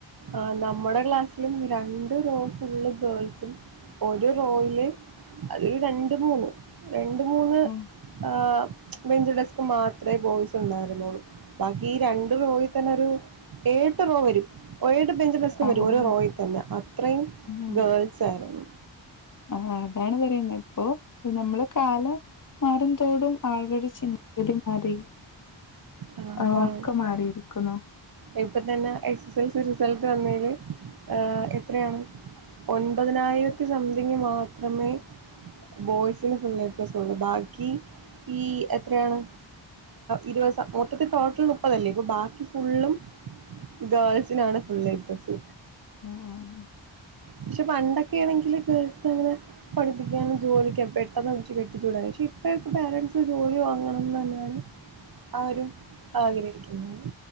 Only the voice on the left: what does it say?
ആഹ്
ആഹ്
ആഹ്
ഉം
ആഹ്, അതാണ് പറയുന്നത് ഇപ്പൊ നമ്മള് കാലം... മാറുംന്തോടും ആളുകളുടെ ചിന്താഗതി മാറി.
ആഹ്, ഒക്കെ മാറിയിരിക്കുന്നു.
ഉം ഉ ഉ.